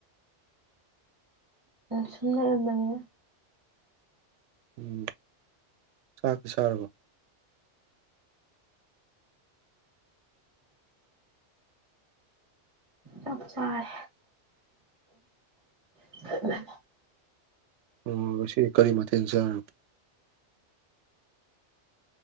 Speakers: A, on the right; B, on the right.
A: ꯁꯨꯝ ꯂꯩꯔꯥꯝ ꯃꯅꯤ
B: ꯎꯝ ꯆꯥꯛꯀ ꯆꯥꯔꯕꯣ
A: ꯇꯞ ꯆꯔ <unintelligible>
B: ꯑꯣ ꯁꯤ ꯀꯔꯤ ꯃꯇꯊꯦꯜ ꯁꯥꯔ